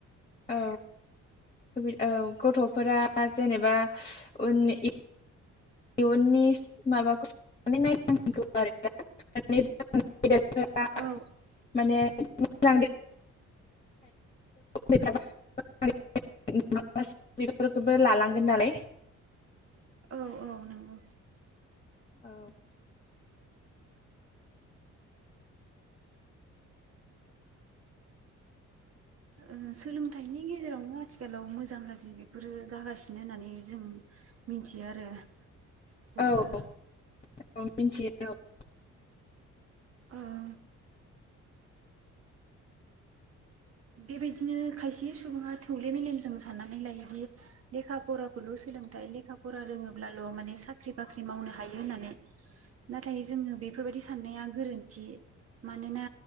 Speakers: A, on the left (about 25°); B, on the right (about 50°).
A: औ सुबि औ गथ'फोरा जेनेबा उनि इ इयुननि माबाखौ <unintelligible>
B: औ
A: <unintelligible> माने <unintelligible> बेफोरखौथ' लालांगोन नालाय
B: औ औ नोंगौ
A: औ <inaudible>
B: ओ सोलोंथाइनि गेजेरावनो आथिखालाव मोजां गाज्रि बेफोरो जागासिनो होननानै जों मिनथियो आरो बयबो
A: औ <unintelligible>
B: आह बेबायदिनो खायसे सुबुङा थौले मेलेमजों साननानै लायोदि लेखा फराखौल' सोलोंथाइ लेखा फरा रोङोब्लाल' माने साख्रि बाख्रि मावनो हायो होननानै नाथाय जोङो बेफोरबायदि साननाया गोरोन्थि मानोना